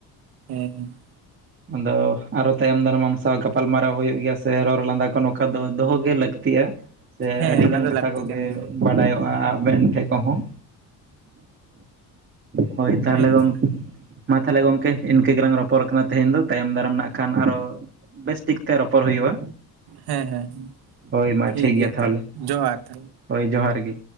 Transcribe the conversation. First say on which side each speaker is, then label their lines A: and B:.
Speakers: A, on the right (about 75°); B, on the right (about 30°).
A: ᱦᱮᱸ
B: ᱟᱫᱚ ᱟᱨᱚ ᱛᱟᱭᱚᱢ ᱫᱟᱨᱟᱢᱟᱢ ᱥᱟᱶ ᱜᱟᱯᱟᱞᱢᱟᱨᱟᱣ ᱦᱩᱭᱩᱜ ᱜᱮᱭᱟ ᱥᱮ ᱨᱚᱨ ᱞᱟᱸᱫᱟ ᱠᱚ ᱱᱚᱝᱠᱟ ᱫᱚ ᱫᱚᱦᱚᱜ ᱜᱮ ᱞᱟᱹᱠᱛᱤᱜᱼᱟ᱾ ᱥᱮ
A: ᱦᱮᱸ
B: ᱟᱹᱰᱤᱜᱟᱱ
A: ᱚᱱᱟ ᱫᱚ
B: ᱠᱟᱛᱷᱟ
A: ᱞᱟᱹᱠᱛᱤ
B: ᱠᱚᱜᱮ
A: ᱠᱟᱱ ᱜᱮᱭᱟ
B: ᱵᱟᱰᱟᱭᱚᱜᱼᱟ ᱟᱵᱮᱱ ᱴᱷᱮᱜ ᱠᱚᱦᱚᱸ ᱦᱚᱭ ᱛᱟᱦᱚᱞᱮ
A: ᱮᱠᱫᱚᱢ
B: ᱜᱚᱝᱼᱼ ᱢᱟ ᱛᱟᱦᱚᱞᱮ ᱜᱚᱝᱠᱮ ᱤᱱᱠᱟᱹ ᱜᱮᱞᱟᱝ ᱨᱚᱯᱚᱨ ᱠᱟᱱᱟ ᱛᱮᱦᱮᱧ ᱫᱚ ᱛᱟᱭᱚᱢ ᱫᱟᱨᱟᱢ ᱱᱟᱜ ᱠᱷᱟᱱ ᱟᱨᱚᱼᱼ ᱵᱮᱥ ᱴᱤᱠ ᱛᱮ ᱨᱚᱯᱚᱨ ᱦᱩᱭᱩᱜᱼᱟ᱾
A: ᱦᱮᱸ ᱦᱮᱸ
B: ᱦᱳᱭ ᱢᱟ
A: ᱴᱷᱤᱠ ᱜᱮᱭᱟ
B: ᱛᱟᱦᱚᱞᱮ
A: ᱛᱟᱞᱦᱮ ᱡᱚᱦᱟᱨ ᱛᱟᱞᱮ
B: ᱦᱳᱭ ᱡᱚᱦᱟᱨ ᱜᱮ